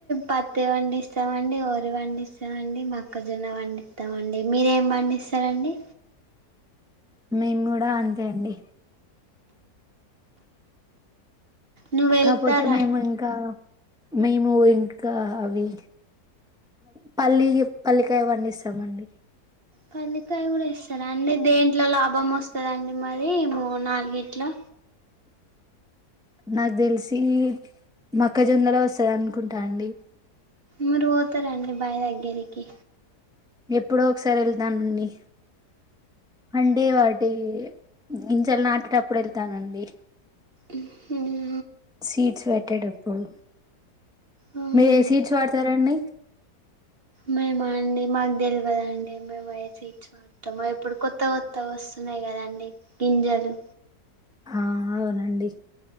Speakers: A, on the right (about 35°); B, in the centre.
A: పత్తి పండిస్తామండి వరి పండిస్తామండి మొక్కజొన్న పండి స్తామండి మీరేం పండిస్తారండి
B: మేము కూడా అంతే అండి
A: నువ్వు వెళ్తారా
B: కాకపోతే మేము ఇంకా మేము ఇంకా అవి పల్లి పల్లికాయ పండిస్తామండి
A: పల్లికాయ కూడా ఇస్తారా అండి దేంట్లో లాభం వస్తదండి మరి ఏమో నాలుగిట్లో
B: నాకు తెలిసి మక్కజొన్నలో వస్థాయి అనుకుంటా అండి
A: మీరు పోతార అండి బాయి దగ్గరికి
B: ఎప్పుడో ఒకసారి వెళ్తానండి అంటే వాటి గింజెలు నాటేటప్పుడు వెళ్తానండి
A: ఉ హ్మ్
B: సీడ్స్ పెట్టేటప్పుడు
A: అవునండి
B: మీరు ఏ సీడ్స్ వాడతారండి
A: మేము అండి మాకు తెలవదండి మేమై సీడ్స్ వాడతాము ఇప్పుడు కొత్త కొత్త వస్త వస్తున్నాయి కదండి గింజలు
B: ఆ అవునండి